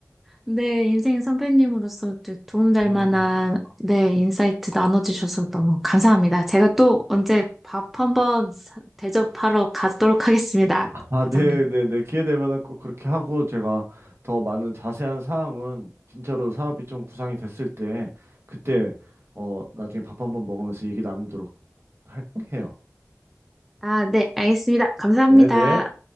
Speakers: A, in the centre; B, on the right.
A: 네, 인생 선배님으로서 또 도움될
B: 음.
A: 만한, 네, 인사이트 나눠주셔서 너무 감사합니다. 제가 또 언제 밥 한번 사- 대접하러 가도록 하겠습니다,
B: 아,
A: 과장님.
B: 네, 네, 네. 기회 되면은 꼭 그렇게 하고 제가 더 많은 자세한 사항은 진짜로 사업이 좀 구상이 됐을 때 그때 어, 나중에 밥 한번 먹으면서 얘기 나누도록 할, 해요.
A: 아, 네, 알겠습니다. 감사합니다.
B: 네, 네.